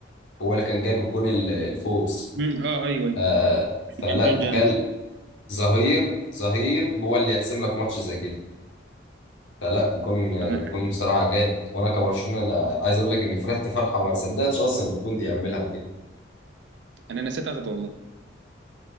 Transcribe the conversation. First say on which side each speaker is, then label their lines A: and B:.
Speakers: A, on the left; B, on the right.
A: هو اللي كان جايب الجون ال- الفوز
B: أمم، أه أيوه أيوه
A: ف... فلا
B: جون
A: تخيل
B: جامس
A: ظهير ظهير هو اللي يحسم لك ماتش زي كده فلا الجون الجون
B: أنا
A: بصراحة جامد وأنا كبرشلونة أنا عايز أقول لك إني فرحت فرحة ما صدقتش أصلا إن كوندي يعملها وكده
B: أنا نسيت أخده والله